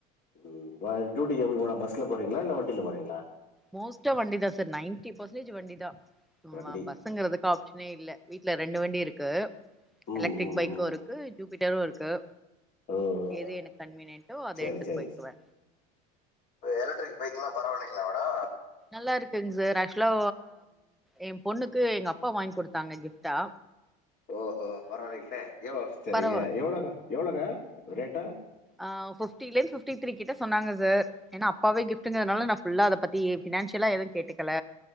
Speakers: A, on the left (about 45°); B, in the centre.
A: டியூட்டிகக்கு எப்டி மேடம் பஸ்ல போறீங்ளா இல்ல வண்டியில போறீங்ளா
B: மோஸ்ட்டா வண்டி தா சார் நைன்ட்டி பஃர்சன்டேஜ் வண்டி தா
A: வண்டி
B: வ பஸ் ங்கிறதுக்கு ஆப்ஷனே இல்ல வீட்ல ரெண்டு வண்டி இருக்கு
A: ம் ம்
B: எலக்ட்ரிக்
A: ம்
B: பைக்கு
A: ம்
B: இருக்கு ஷுப்பீட்டரு இருக்கு
A: ஓ ஓ ஓ
B: எது எனக்கு கன்வீனியன்ட்டோ அத
A: சரி
B: எடுத்துட்டு
A: சரி
B: போய்க்குவே
A: எலக்ட்ரிக் பைக்ல்லா பரவாயில்லைங்ளா மேடோ
B: நல்லா இருக்குங் சார் ஆக்சுவலா எ பொண்ணுக்கு எங்க அப்பா வாங்கி குடுத்தாங்க கிஃப்டா
A: ஓஹோ பரவால்லங்லே எ சரிங்க
B: பரவா
A: எவ்ளோங்க எவ்ளோங்க ரேட்டா
B: ஆ ஃபிஃப்டிலேந்து ஃபிஃப்டி த்ரீ கிட்ட சொன்னாங்க சார் ஏனா அப்பாவே கிப்டுங்கதுனால நா ஃபுல்லா அத பத்தி பினான்ஷியலா எது கேட்டுக்கல